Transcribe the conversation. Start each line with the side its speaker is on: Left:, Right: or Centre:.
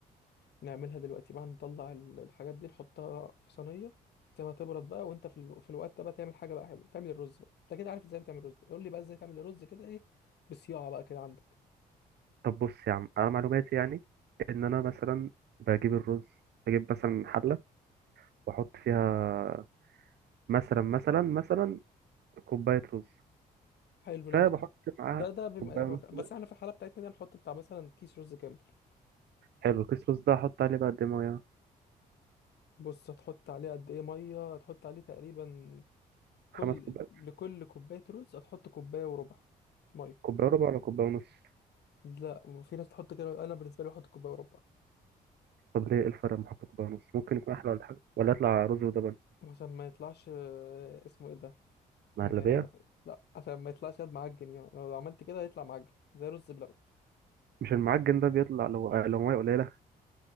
Left: نعملها دلوقتي بقى نطلع ال- الحاجات دي نحطها في صينية تسيبها تبرد بقى وانت في, ال... في الوقت ده بقى تعمل حاجة بقى حلوة تعمل الرز بقى انت كده عارف ازاي بتعمل الرز قول لي بقى ازاي تعمل الرز كده ايه بصياعة بقى كده عندك
Right: طب بص يا عم انا معلوماتي يعني ان انا مثلا بجيب الرز بجيب مثلا حله واحط فيها مثلا مثلا مثلا كوبايه رز
Left: حلو لو
Right: فبحط
Left: ده
Right: معاها
Left: ده ده بالم...
Right: كوبايه ونص ميه
Left: بس احنا في الحالة بتاعتنا ده نحط بتاع مثلا كيس رز كامل
Right: حلو كيس رز ده احط عليه بقى قد إيه ميه
Left: بص هتحط عليه قد ايه مية هتحط عليه تقريبا كل
Right: خمس كوبايات
Left: لكل كوباية رز هتحط كوباية وربع مية
Right: كوبايه وربع ولا كوبايه ونص
Left: لا وفي ناس تحط كده انا بالنسبة لي بحط كوباية وربع
Right: طب ليه إيه الفرق لما احط كوبايه ونص ممكن يكون احلى ولا حاجه ولا يطلع رز ولبن
Left: عشان ما يطلعش آه، اسمه ايه ده
Right: مهلبيه
Left: م... لا عشان ما يطلعش يد معجن يعني لو عملت كده هيطلع معجن زي رز بلبن
Right: مش المعجن ده بيطلع لو لو ميه قليله